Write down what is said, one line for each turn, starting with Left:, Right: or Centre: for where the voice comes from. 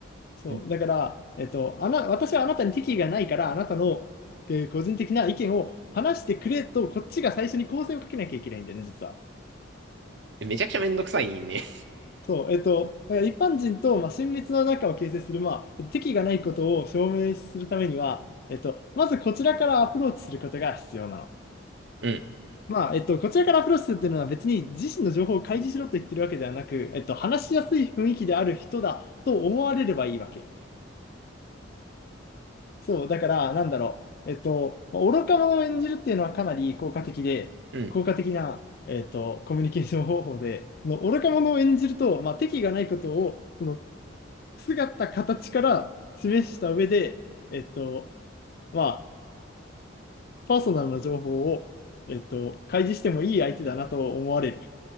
Left: そう、
Right: うん
Left: だから、えっと、あな、私はあなたに敵意がないから、あなたの、えー個人的な意見を話してくれと、こっちが最初に構成をかけなきゃいけないんだよね、実は。
Right: めちゃくちゃめんどくさいね。
Left: そう、えっと、えー一般人と、まあ、親密な仲を形成する、まあ、敵がないことを証明するためには、えっと、まずこちらからアプローチすることが必要なの。
Right: うん。
Left: まあ、えっと、こちらからアプローチするっていうのは別に自身の情報を開示しろと言ってるわけではなく、えっと、話しやすい雰囲気である人だと思われればいいわけ。そう、だから、なんだろう。えっと、まあ愚か者を演じるっていうのはかなり効果的で、
Right: うん。
Left: 効果的な、えっと、コミュニケーション方法で、その愚か者を演じると、まあ、敵意がないことを、その姿、形から示した上で、えっと、まあ、パーソナルな情報を、えっと、開示してもいい相手だなと思われる。